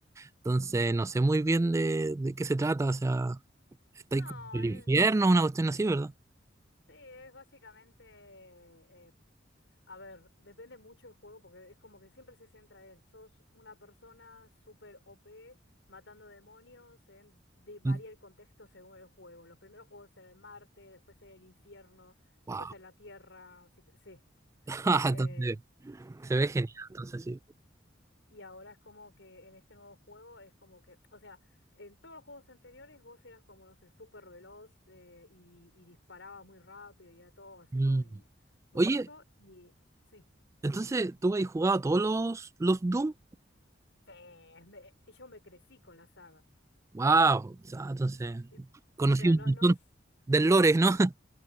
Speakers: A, on the right; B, on the left.
A: Entonces, no sé muy bien de, de qué se trata. O sea, estáis
B: No,
A: como en
B: es,
A: el infierno, una cuestión así, ¿verdad?
B: sí, es básicamente, eh, a ver, depende mucho del juego porque es como que siempre se centra en, sos una persona súper OP matando demonios, en- de- varía
A: Mm.
B: el contexto según el juego. Los primeros juegos en Marte, después en el infierno,
A: Wow.
B: después en la Tierra, así que sí.
A: <laughs>
B: eh,
A: Entonces, se ve genial. Entonces, sí.
B: Y ahora es como que en este nuevo juego es como que, o sea, en todos los juegos anteriores vos eras como, no sé, súper veloz eh, y, y disparabas muy rápido y era todo así
A: Mm.
B: muy, muy
A: Oye,
B: coso. Y sí,
A: entonces, ¿tú habéis jugado todos los, los Doom?
B: sí, me- yo me crecí con la saga.
A: Wow. O sea, entonces,
B: Y,
A: conocí
B: o sea,
A: un
B: no,
A: montón
B: no, s-
A: del lore, ¿no? <laughs>